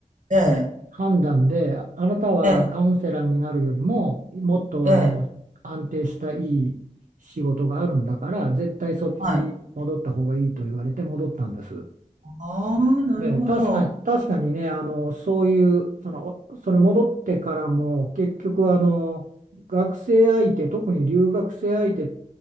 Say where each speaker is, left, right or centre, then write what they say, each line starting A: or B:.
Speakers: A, on the right; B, on the right.
A: ええ、
B: 判断で、ああなたはカウンセラーになるよりも、
A: ええ、
B: もっとあの安定したいい仕事があるんだから、
A: ええ
B: 絶対そっちに戻った方がいいと言われて戻ったんです。
A: はい。ああ、なるほど。
B: ええ確かに、確かにね、あのそういう、その、おそれ戻ってからも、結局あの、学生相手、特に留学生相手